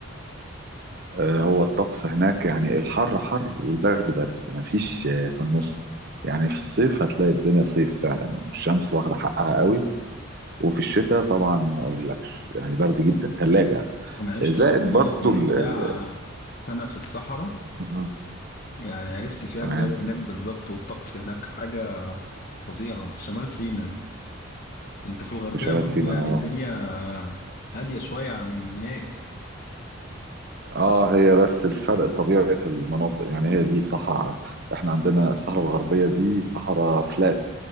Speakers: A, on the right (about 50°); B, on the left (about 45°).
A: آه، هو الطقس هناك يعني الحر حر والبرد برد ما فيش آه، في النص يعني في الصيف هتلاقي الدنيا صيف فعلا يعني الشمس واخدة حقها قوي وفي الشتاء طبعا ما اقولكش يعني برد جدا ثلاجة
B: انا عشت
A: زائد
B: في
A: برضو ال...
B: ساعة
A: ال...
B: سنة في الصحراء
A: مهم.
B: يعني عرفت فيها
A: تمام
B: الجو هناك بالظبط والطقس هناك حاجة فظيعة في شمال سيناء انت في الغربية
A: في شمال
B: برضو
A: سيناء
B: يعني
A: اه
B: الدنيا هادية شوية عن هناك
A: اه هي بس الفرق طبيعة المناطق يعني هي دي صحراء احنا عندنا الصحراء الغربية دي صحراء فلات